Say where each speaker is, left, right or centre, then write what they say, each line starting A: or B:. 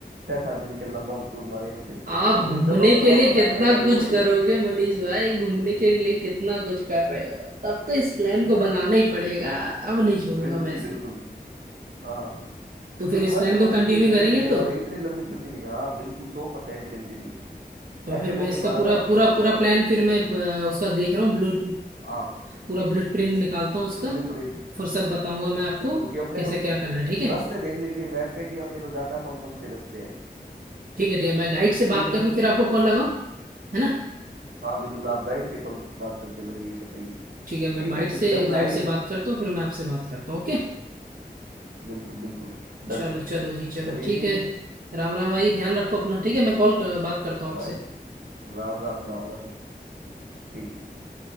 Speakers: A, on the right; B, on the right.
A: छह सात दिन के लंबा टूर मारेंगे फिर
B: आप
A: और
B: घूमने
A: फिर जब अपन
B: के
A: वापस
B: लिए कितना
A: आएंगे तभी
B: कुछ
A: बोलेंगे
B: करोगे
A: कि
B: मनीष भाई घूमने के लिए कितना कुछ कर रहे हो तब तो इस प्लान
A: कितना।
B: को बनाना ही पड़ेगा अब नहीं छोड़ूंगा
A: बिल्कुल
B: मैं इसे
A: बिल्कुल हाँ
B: तो फिर
A: क्योंकि
B: इस
A: वैसे
B: प्लान
A: वो
B: को कंटिन्यू
A: छुट्टी देने
B: करेंगे
A: से रहे और
B: तो
A: इतनी लंबी छुट्टी नहीं हाँ बिल्कुल सौ परसेंट कंटिन्यू
B: तो
A: ऐसे
B: फिर मैं
A: मौके
B: इसका
A: बार
B: पूरा
A: बार नहीं
B: पूरा
A: आते
B: पूरा
A: यार
B: प्लान फिर मैं अ, उसका देख रहा हूँ ब्लू
A: हाँ
B: पूरा ब्लूप्रिंट निकालता हूँ उसका
A: ब्लू प्रिंट
B: फिर सब बताऊंगा मैं आपको
A: बिल्कुल कि अपने
B: कैसे
A: को
B: क्या करना है ठीक है
A: रास्ते देख लीजिए मैप पे कि अपने को जाना कौन कौन से रास्ते हैं
B: ठीक है ठीक है मैं गाइड से
A: ठीक
B: बात
A: है
B: करके
A: ना
B: फिर आपको कॉल लगाऊं है ना
A: हाँ बिल्कुल आप गाइड से कॉल बात करके लगाइए बताइए
B: ठीक है मैं
A: ठीक
B: गाइड
A: है फिर
B: से
A: डन रहा
B: गाइड
A: ये
B: से बात करता हूँ फिर मैं आपसे बात करता हूँ ओके
A: बिल्कुल बिल्कुल
B: चलो
A: डन
B: चलो जी चलो
A: चलिए
B: ठीक
A: ठीक
B: है
A: है
B: राम राम भाई ध्यान रखो अपना ठीक है मैं कॉल कर, बात करता हूँ आपसे
A: बाय राम राम राम राम ठीक ठीक ठीक